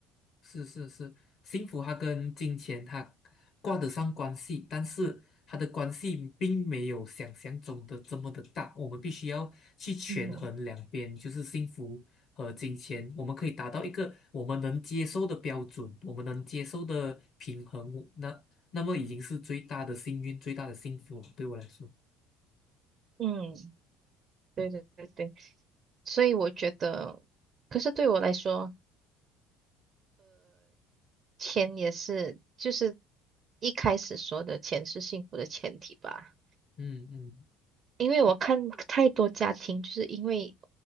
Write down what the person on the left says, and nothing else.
是是是，幸福它跟金钱它挂得上关系，但是它的关系并没有想象中的这么的大。我们必须要去权衡两边，
就是幸福和金钱，我们可以达到一个我们能接受的标准，我们能接受的平衡，那那么已经是最大的幸运，最大的幸福了对我来说，
嗯嗯